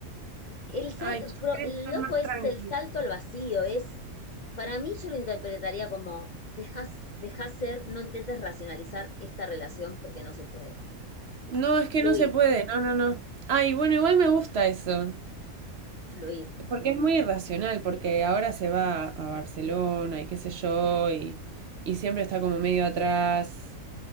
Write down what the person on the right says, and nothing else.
Ay, yo
quería
estar más
tranqui.
No, es que
no se puede, no, no, no. Ay, bueno, igual me gusta eso.
Porque es muy irracional, porque ahora se va a Barcelona y qué sé yo, y, y siempre está como medio atrás.